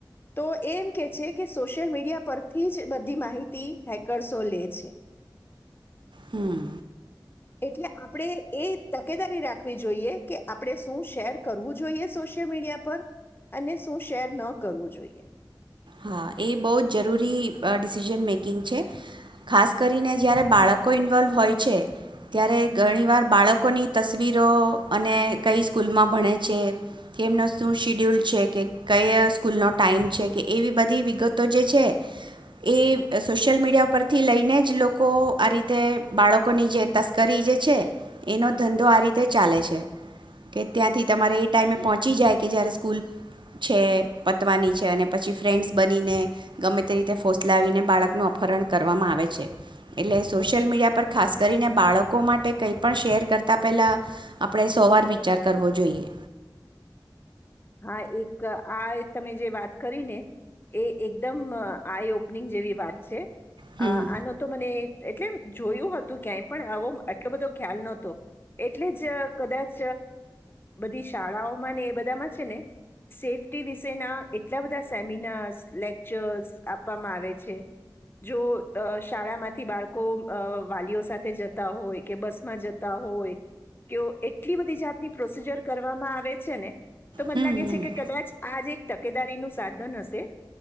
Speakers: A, on the left; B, on the right.
A: તો એમ કે છે, કે સો સોશિયલ મીડિયા પરથી જ બધી માહિતી હેકર્સો લે છે.
B: હમ્મ.
A: એટલે આપણેે એ તકેદારી રાખ રાખવી જોઈએ કે આપણે શું શેર કરવું જોઈએ સોશિયલ મીડિયા પર અને શું શેર ન કરવું જોઈએ.
B: હા એ બહુ જ જરૂરી અ ડિસિઝન મેકિંગ છે ખાસ કરીને જ્યારે બાળકો ઇન્વોલ્વ હોય છે, ત્યારે ઘણીવાર બાળકોની તસવીરો અને કઈ સ્કૂલમાં ભણે છે, કેમનો શું શિડ્યુલ છે, કે કઈ સ્કૂલનો ટાઈમ છે, કે એવી બધી બધી વિગતો જે છે એ સોશિયલ મીડિયા પરથી લઈને જ લોકો આ રીતે બાળકોની જે તસ્કરી જે છે એનો ધંધો આ રીતે ચાલે છે કે ત્યાંથી તમારે એ ટાઈમે પહોંચી જાય કે જયારે સ્કૂલ છે, પતવાની છે, અને પછી ફ્રેન્ડ્સ બનીને ગમે તે રીતે ફોસલાવીને બાળકનું અપહરણ કરવામાં આવે છે, એટલે સોશિયલ મીડિયા પર ખાસ કરીને બાળકો માટે કંઈ પણ શેર કરતાં પહેલાં આપણે સોવાર વિચાર કરવો જોઈએ.
A: હા એક આ તમે જે વાત કરી ને એ એકદમ આઈ ઓપનિંગ જેવી વાત છે.
B: હમ
A: અ આનો તો મને એટલે એ જોયું હતું ક્યાંય પણ આવો આટલો બધો ખ્યાલ નહતો એટલે જ કદાચ બધી શાળાઓમાં ને એ બધામાં જ તે ને સેફટી વિષના એટલા બધા સેમિનાર લેકચર્સ આપવામાં આવે છે, જો શાળામાંથી બાળકો વાલીઓ સાથે જતા હોય કે બસ માં જતા હોય કે એટલી બધી જાતની પ્રોસીજર કરવામાં આવે છે, ને તો મને
B: હમ
A: લાગે
B: હમ
A: છે, કે કદાચ આજ એક તકેદારી નું સાધન હશે